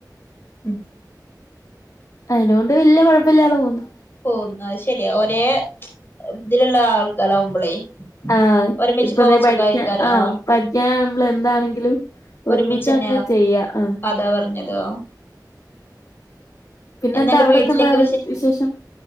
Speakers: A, on the left; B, on the left.
A: ഉം
B: അതിനൊണ്ട് വല്യ കുഴപ്പില്ലാതെ പോവുന്നു
A: പോന്ന അത് ശെരിയാ ഒരേ ഇതിലുള്ള ആൾക്കാരാവുമ്പളേ
B: ആ
A: ഒരുമിച്ച്
B: ഇപ്പൊ
A: പോവാൻ
B: നീ പഠിക്കാ
A: സുഖായിക്കാരം
B: ആ
A: ആഹ്
B: പഠിക്കാനാമ്പളും എന്താണെങ്കിലും
A: ഒരുമിച്ചന്നെ
B: ഒരുമിച്ച അങ്ങ് ചെയ്യ ആ
A: അതാ പറഞ്ഞത് ആഹ്
B: പിന്നെന്താ
A: എന്നിട്ട്
B: അവിടെക്കെ
A: വീട്ടിലേക്ക്
B: എന്താ വിശേഷം